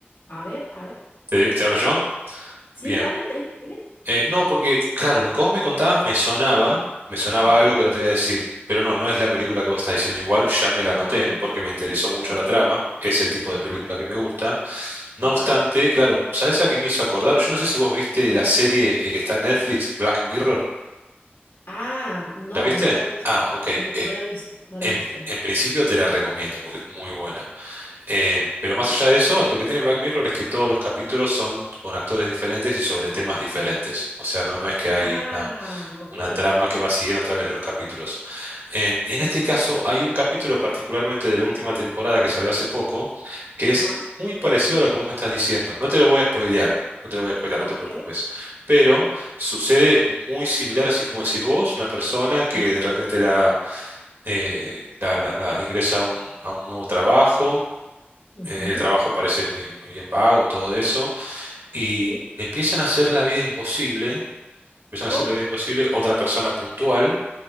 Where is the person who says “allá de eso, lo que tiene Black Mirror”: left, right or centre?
Right